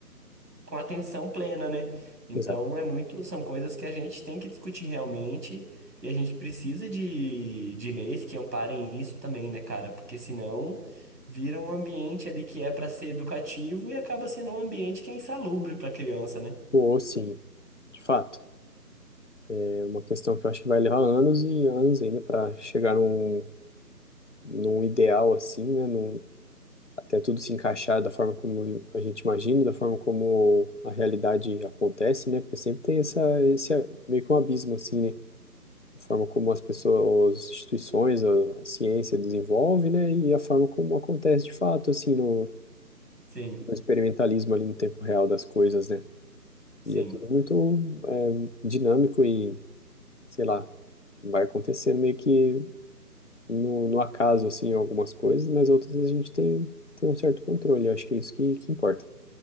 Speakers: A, on the right (about 85°); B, on the left (about 45°).
A: com atenção plena, né? Então
B: exato.
A: é muito, são coisas que a gente tem que discutir realmente e a gente precisa de, de leis que amparem isso também, né, cara? Porque senão vira um ambiente ali que é para ser educativo e acaba sendo um ambiente que é insalubre para criança, né?
B: Ou sim, de fato. É uma questão que eu acho que vai levar anos e anos ainda para chegar num, num ideal assim, né? Num, até tudo se encaixar da forma como a gente imagina, da forma como a realidade acontece, né? Porque sempre tem essa, esse meio que um abismo assim, né? A forma como as pessoas, as instituições, a, a ciência desenvolve, né? E a forma como acontece de fato, assim, no,
A: Sim,
B: no experimentalismo ali no tempo real das coisas, né?
A: sim.
B: E é tudo muito é, dinâmico e, sei lá, vai acontecendo meio que no, no acaso, assim, algumas coisas, mas outras a gente tem, tem um certo controle. Eu acho que é isso que, que importa.